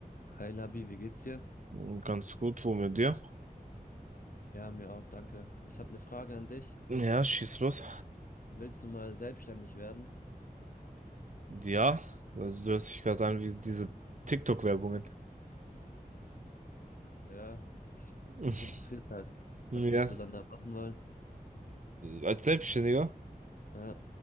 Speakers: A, on the left; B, on the right.
A: Hi Labi, wie geht's dir?
B: Hm, Ganz gut, wo mit dir?
A: Ja, mir auch, danke. Ich habe eine Frage an dich.
B: Ja, schieß los.
A: Willst du mal selbstständig werden?
B: Ja, also du hörst dich gerade an wie diese TikTok-Werbungen.
A: Ja, ich,
B: <laughs>
A: mich interessiert halt,
B: Ja.
A: was würdest du dann da machen wollen?
B: Als Selbstständiger?
A: Ja,